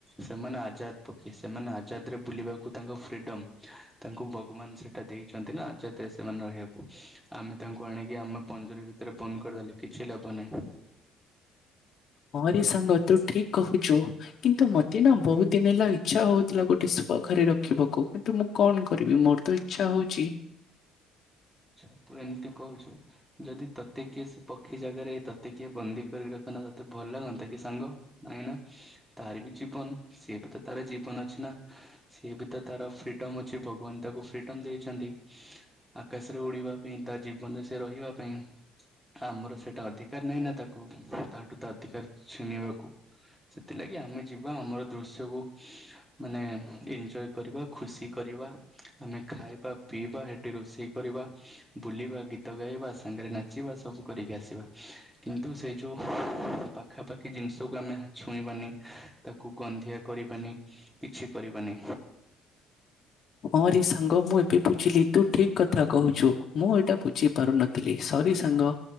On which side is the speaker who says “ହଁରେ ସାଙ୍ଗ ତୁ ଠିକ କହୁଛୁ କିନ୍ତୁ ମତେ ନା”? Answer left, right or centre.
Left